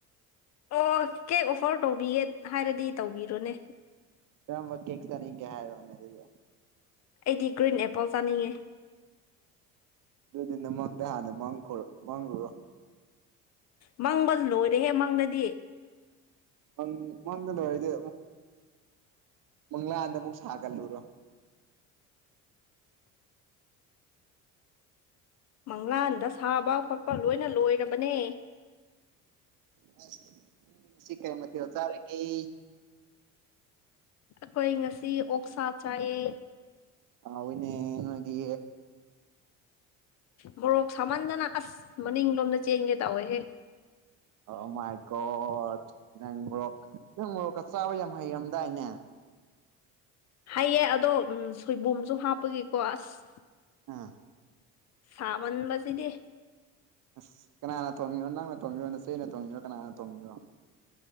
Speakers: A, on the left (about 45°); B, on the right (about 50°).
A: ꯑꯣ ꯀꯦꯛ ꯑꯣꯐꯔ ꯇꯧꯕꯤꯒꯦ ꯍꯥꯏꯔꯗꯤ ꯇꯧꯕꯤꯔꯣꯅꯦ
B: ꯀꯝꯕ ꯀꯦꯦꯛꯁꯒꯦ ꯍꯥꯏꯔꯅꯦ ꯑꯗꯨꯖ
A: ꯑꯩꯗꯤ ꯒ꯭ꯔꯤꯟ ꯑꯦꯄꯜ ꯆꯥꯅꯤꯡꯉꯦ
B: ꯑꯗꯨꯗꯨꯅ ꯃꯥꯡꯗ ꯍꯥꯟꯅ ꯃꯥꯡꯈꯣ ꯃꯥꯡꯂꯨꯔꯣ
A: ꯃꯪꯕ ꯂꯣꯏꯔꯦꯍꯦ ꯃꯪꯗꯗꯤ
B: ꯃꯪ ꯃꯪꯋꯥꯔꯤꯗ ꯃꯪꯂꯥꯗ ꯃꯨꯛ ꯁꯥꯒꯜꯔ
A: ꯃꯪꯂꯥꯟꯗ ꯁꯥꯕ ꯈꯣꯠꯄ ꯂꯣꯏꯅ ꯂꯣꯏꯔꯕꯅꯦ
B: ꯑꯁ ꯁꯤꯀꯦ ꯃ ꯆꯥꯔꯒꯤ
A: ꯑꯩꯈꯣꯏ ꯉꯁꯤ ꯑꯣꯛꯁꯥ ꯆꯥꯏꯌꯦ
B: ꯍꯧꯣꯏꯅꯦ ꯏꯗꯤ
A: ꯃꯣꯔꯣꯛ ꯁꯥꯃꯟꯗꯅ ꯑꯁ ꯃꯅꯤꯡꯂꯣꯝꯗ ꯆꯦꯟꯒꯦ ꯇꯧꯋꯦꯍꯦ
B: ꯑꯣ ꯃꯥꯏꯀꯣ ꯅꯪꯒꯣꯔꯣꯛ ꯅꯪ ꯃꯣꯔꯣꯛꯀ ꯆꯥꯕ ꯌꯥꯝ ꯍꯩꯔꯝꯗꯥꯏꯅꯦ
A: ꯍꯥꯏꯌꯦ ꯑꯗꯣ ꯁꯣꯏꯕꯨꯝꯝꯁꯨ ꯍꯥꯞꯄꯒꯤꯀꯣ ꯑꯁ
B: ꯑꯥ
A: ꯁꯕꯟꯕꯕꯁꯤꯗꯤ
B: ꯑꯁ ꯀꯅꯥꯅ ꯊꯣꯡꯉꯤꯅꯣ ꯅꯪꯅ ꯊꯣꯡꯉꯤꯔꯣ ꯅꯆꯦꯅ ꯊꯣꯡꯉꯤꯔꯣ ꯀꯅꯥꯅ ꯊꯣꯡꯉꯔꯣ